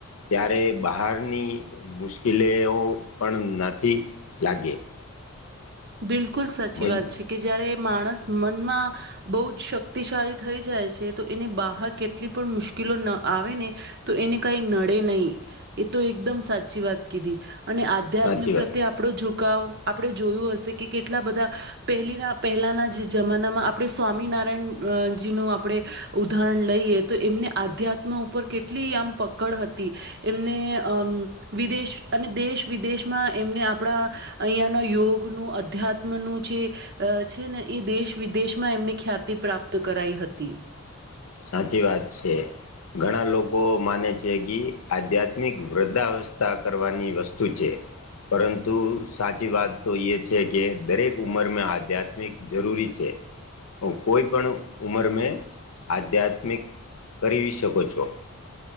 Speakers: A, on the left; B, on the right.
A: ત્યારે બહારની મુશ્કેલીઓ પણ નથી લાગે
B: બિલકુલ સાચી
A: મજ
B: વાત છે કે જય્યારે માણસ મનમાં બહુ જ શક્તિશાળી થઈ જાય છે તો એને બહાર કેટલી પણ મુશ્કેલો ન આવે ને તો એને કઈ નડે નહીિ એ તો એકદમ સાચી વાત કીધી અને આધ્યાત્મિક
A: સાચી
B: પ્રત્યે
A: વાત
B: આપણો ઝુકાવ આપણે જોયું હશે કે કેટલા બધા પહેલીના પહેલાના જમાનામાં આપણે સ્વામિનારાયણજીનું આપણે ઉદાહરણ લઈએ તો એમને આધ્યાત્મ ઉપર કેટલી આમ પકડ હતી એમને અમ વિદેશ અને દેશ વિદેશમાં એમને આપણા અહીયાના યોગનું અધ્યાત્મનું જે છે ને એ દેશ વિદેશમાં એમને ખ્યાતિ પ્રાપ્ત કરાઈ હતી
A: સાચી વાત છે ઘણા લોકો માને છે કે આધ્યાત્મિક વૃદ્ધાવસ્થા કરવાની વસ્તુ છે પરંતુ સાચી વાત તો એ છે કે દરેક ઉંમર મેં આધ્યાત્મિક જરૂરી છે કોઈ પણ ઉમર મે આધ્યાત્મિક કરી શકો છો